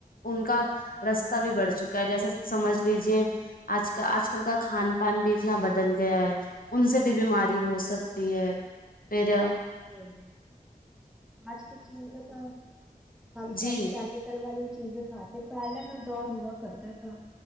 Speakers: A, on the left; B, in the centre.
A: ان کا رستہ بھی بڑھ چکا ہے جیسے سمجھ لیجیے آج کا آج کل کا کھان پان بھی اتنا بدل گیا ہے ان سے بھی بیماری ہو سکتی ہے پ
B: بالک آج کل چیز تھا ہم سب
A: جی
B: کیمیکل والی چیزیں کھاتے پہلے کا دور ہوا کرتا تھا